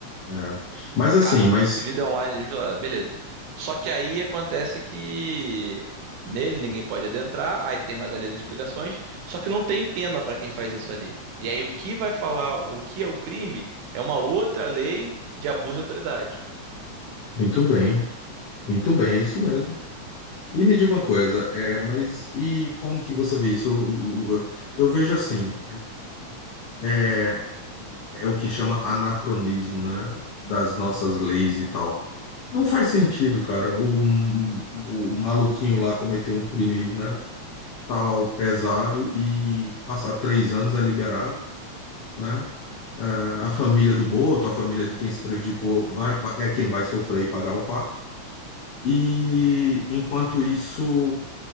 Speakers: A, on the left; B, on the right.
A: É. Mas
B: A
A: assim,
B: casa
A: mas
B: do Desimpedido é online, ah, beleza. Só que aí acontece que nele ninguém pode adentrar, aí tem mais ali as explicações, só que não tem pena para quem faz isso ali. E aí o que vai falar o que é o crime é uma outra lei de abuso de autoridade.
A: muito bem, muito bem, é isso mesmo. E me diga uma coisa, é, mas e como que você vê isso? Eu, eu- eu vejo assim, é, é o que chama anacronismo, né? Das nossas leis e tal. Não faz sentido, cara. O, o maluquinho lá cometer um crime, né, tal, pesado e passar três anos é liberado, né? Eh, a família do morto, a família de quem se prejudicou, vai, pa- é quem vai sofrer e pagar o pato. E enquanto isso,